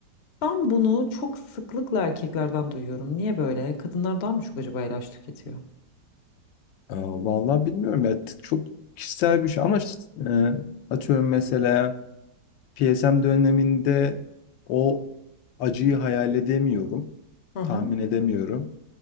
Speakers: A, on the left (about 55°); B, on the left (about 80°).
A: Ben bunu çok sıklıkla erkeklerden duyuyorum. Niye böyle? Kadınlar daha mı çok acaba ilaç tüketiyor?
B: e, Vallahi bilmiyorum ya t- çok kişisel bir şey ama işte, e, atıyorum mesela PSM döneminde o acıyı hayal edemiyorum,
A: Hı hı.
B: tahmin edemiyorum.